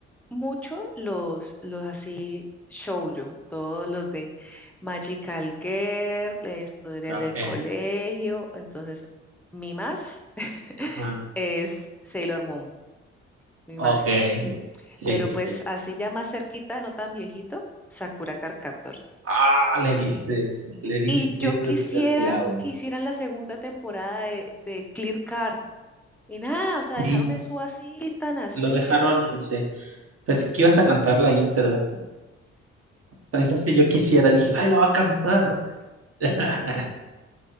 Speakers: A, in the centre; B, on the right.
A: mucho los, los así shoujo, todos los de Magical Girl, eh, historias
B: Ok,
A: del colegio. Entonces, mi más <laughs>
B: ajá,
A: es Sailor Moon, mi
B: ok,
A: más.
B: sí,
A: Pero
B: sí,
A: pues
B: sí.
A: así ya más cerquita, no tan viejito, Sakura Card Captor.
B: Ah, le diste, le
A: Y
B: diste
A: yo quisiera
B: justo al clavo.
A: que hicieran la segunda temporada de, de Clear Car. Y nada, o sea,
B: Sí,
A: dejaron eso así, tan así.
B: lo dejaron, sí. Pensé que ibas a cantar la intro. Dijiste yo quisiera, dije, ay, la va a cantar. <laughs>